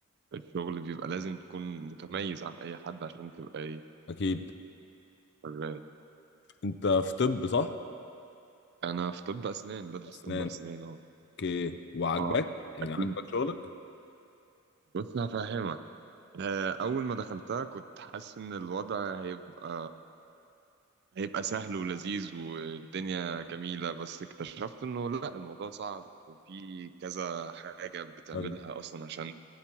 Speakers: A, on the right (about 50°); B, on the left (about 55°).
A: الشغل بيبقى لازم تكون متميز عن اي حد عشان تبقى ايه
B: اكيد
A: شغال.
B: انت في طب صح
A: انا في طب اسنان بدرس
B: اسنان
A: طب اسنان اه
B: اوكي وعاجباك
A: اه
B: يعني
A: اكيد
B: عاجبك شغلك
A: بص هفهمك آه، اول ما دخلتها كنت حاسس ان الوضع هيبقى هيبقى سهل ولذيذ والدنيا جميلة بس اكتشفت انه لا الموضوع صعب وفي كذا حاجة بتعملها
B: ايوه
A: اصلا عشان